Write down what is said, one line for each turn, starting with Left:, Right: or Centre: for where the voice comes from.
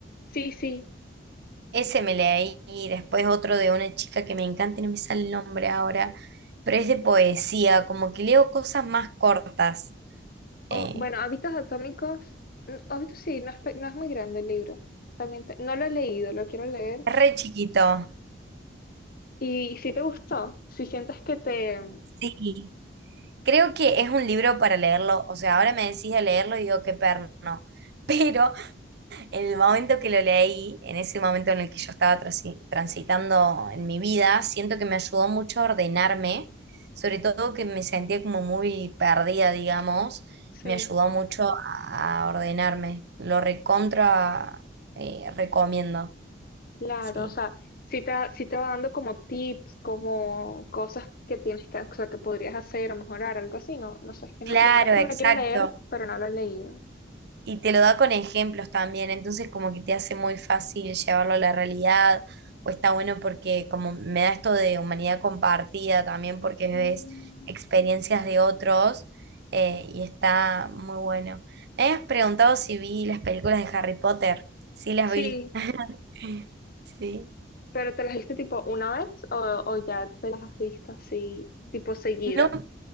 Left: Sí, sí.
Right: Ese me leí y después otro de una chica que me encanta y no me sale el nombre ahora, pero es de poesía, como que leo cosas más cortas.
Left: O,
Right: Eh,
Left: bueno, Hábitos Atómicos, mm, Hábitos sí, no es, pe- no es muy grande el libro. También te- no lo he leído, lo quiero leer.
Right: Re chiquito,
Left: Y si te gustó, si sientes que te,
Right: sí. Creo que es un libro para leerlo. O sea, ahora me decís de leerlo y digo, qué perno. <laughs> Pero en el momento que lo leí, en ese momento en el que yo estaba transi- transitando en mi vida, siento que me ayudó mucho a ordenarme, sobre todo que me sentía como muy perdida, digamos.
Left: sí,
Right: Me ayudó mucho a a ordenarme. Lo recontra, eh, recomiendo,
Left: claro,
Right: sí.
Left: o sea, si te, si te va dando como tips, como cosas que tienes que, o sea, que podrías hacer o mejorar, algo así, no, no sé, es que
Right: Claro,
Left: no, la verdad es que
Right: exacto.
Left: me la quiero leer, pero no la he leído.
Right: Y te lo da con ejemplos también, entonces como que te hace muy fácil llevarlo a la realidad, o está bueno porque como me da esto de humanidad compartida también porque ves
Left: Mm,
Right: experiencias de otros eh, y está muy bueno. Me habías preguntado si vi las películas de Harry Potter, sí las
Left: sí,
Right: vi. <laughs> Sí.
Left: pero ¿te las viste tipo una vez o, o ya te las has visto así, tipo seguidas?
Right: No,